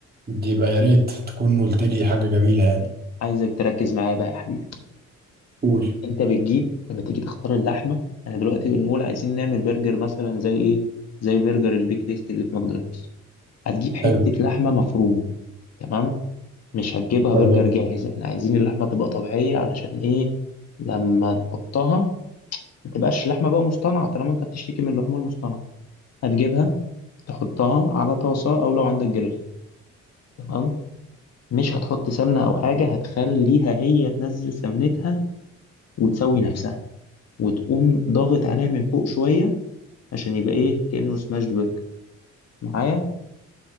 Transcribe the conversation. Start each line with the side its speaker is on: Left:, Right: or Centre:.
Right: دي يبقى يا ريت تكون قلت لي حاجة جميلة يعني
Left: عايزك تركز معايا بقى يا حبيبي
Right: قول
Left: أنت بتجيب لما تيجي تختار اللحمة أنا دلوقتي بنقول عايزين نعمل برجر مثلا زي إيه؟ زي برجر البيك تيست اللي في ماكدونالدز هتجيب حتة
Right: حلو
Left: لحمة مفرومة تمام مش هتجيبها
Right: تمام
Left: برجر جاهز احنا عايزين اللحمة تبقى طبيعية علشان ايه لما نحطها ما تبقاش لحمة بقى مصطنعة طالما انت بتشتكي من اللحوم المصطنعة هتجيبها تحطها على طاسة او لو عندك جريل تمام مش هتحط سمنة او حاجة هتخليها هي تنزل سمنتها وتسوي نفسها وتقوم ضاغط عليها من فوق شوية عشان يبقى ايه كأنه سماشد برجر معايا